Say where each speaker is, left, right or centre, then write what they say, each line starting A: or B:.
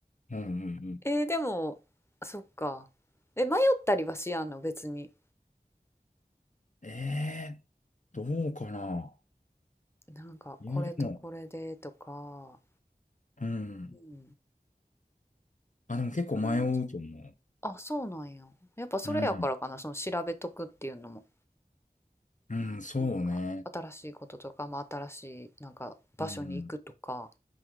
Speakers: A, on the left (about 50°); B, on the left (about 15°).
A: うんうんうん。
B: えー、でもそっかえ迷ったりはしやんの別に
A: ええー、どうかな。
B: なんかこれとこれでとか
A: いや、でも、うん。
B: うん
A: あ、でも結構迷うと思
B: それはちょあそうなんややっぱそれやからかなその調べとくっていうのも
A: う。うん。うん、そうね。
B: なんか新しいこととか、まあ、新しいなんか場所に行くとか
A: うん。